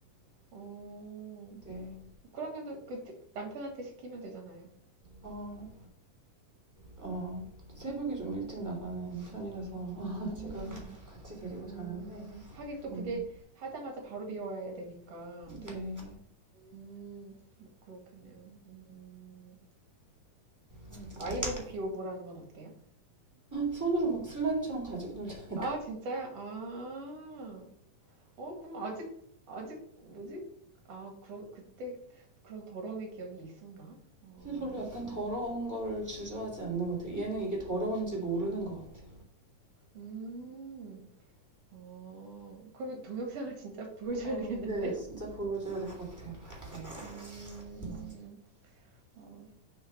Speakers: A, on the right; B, in the centre.
A: 어,
B: 네.
A: 그러면은 그 드- 남편한테 시키면 되잖아요.
B: 어, 어, 새벽에 좀 일찍 나가는 편이라서
A: 음,
B: <laughs> 제가 같이 데리고
A: 음.
B: 자는데
A: 하긴 또
B: 음,
A: 그게 하자마자 바로 비워야 되니까.
B: 네
A: 음, 뭐 그렇겠네요. 음.
B: 아이고.
A: 아이 보고 비워보라는 건 어때요?
B: 손으로 막 슬라임처럼 가지고 놀지 않을까
A: 아, 진짜요? 아. 어, 그럼 아직, 아직, 뭐지? 아, 그런, 그때 그런 더러움의 기억이 있었나? 어,
B: 별로 약간 더러운 거를 주저하지 않는 것 같아요 얘는 이게 더러운지 모르는 것 같아요
A: 음, 어, 그러면 동영상을 진짜 보여줘야
B: 아,
A: 되겠는데요?
B: 네 진짜 보여줘야 될 것 같아요
A: <laughs>
B: 네.
A: 음,
B: 음.
A: 어,